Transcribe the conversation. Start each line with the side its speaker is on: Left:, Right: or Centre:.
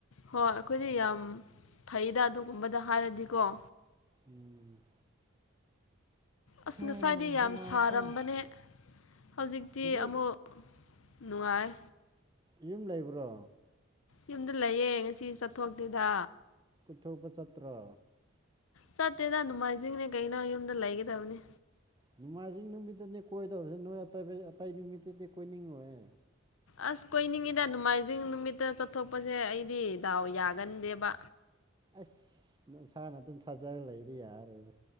Left: ꯍꯣꯏ ꯑꯩꯈꯣꯏꯗꯤ ꯌꯥꯝ ꯐꯩꯗ ꯑꯗꯨꯒꯨꯝꯕꯗ ꯍꯥꯏꯔꯗꯤꯀꯣ
Right: ꯎꯝ
Left: ꯑꯁ
Right: ꯍꯩ
Left: ꯉꯁꯥꯏꯗꯤ ꯌꯥꯝ
Right: ꯀꯅꯥ
Left: ꯁꯥꯔꯝꯕꯅꯦ
Right: ꯈꯪ
Left: ꯍꯧꯖꯤꯛꯇꯤ
Right: ꯉꯁꯤ
Left: ꯑꯃꯨꯛ ꯅꯨꯡꯉꯥꯏ
Right: ꯌꯨꯝ ꯂꯩꯕ꯭ꯔꯣ
Left: ꯌꯨꯝꯗ ꯂꯩꯌꯦ ꯉꯁꯤ ꯆꯠꯊꯣꯛꯇꯦꯗ
Right: ꯆꯊꯣꯛꯄ ꯆꯇ꯭ꯔ
Left: ꯆꯠꯇꯦꯗ ꯅꯨꯡꯉꯥꯏꯖꯤꯡꯅꯦ ꯀꯩꯅꯣ ꯌꯨꯝꯗ ꯂꯩꯒꯗꯕꯅꯤ
Right: ꯅꯣꯡꯃꯥꯏꯖꯤꯡ ꯅꯨꯃꯤꯠꯇꯗꯤ ꯀꯣꯏꯗꯕꯁ ꯅꯣꯏ ꯑ ꯑꯇꯩ ꯅꯨꯃꯤꯠꯇꯗꯤ ꯀꯣꯏꯅꯤꯡꯉꯣꯏ
Left: ꯑꯁ ꯀꯣꯏꯅꯤꯡꯉꯤꯗ ꯅꯣꯡꯃꯥꯏꯖꯤꯡ ꯅꯨꯃꯤꯠꯇ ꯆꯠꯊꯣꯛꯄꯁꯦ ꯑꯩꯗꯤ ꯗꯥꯎ ꯌꯥꯒꯟꯗꯦꯕ
Right: ꯑꯁ ꯏꯁꯥꯅ ꯑꯗꯨꯝ ꯊꯥꯖꯔ ꯂꯩꯗꯤ ꯌꯥꯔꯣꯏꯅ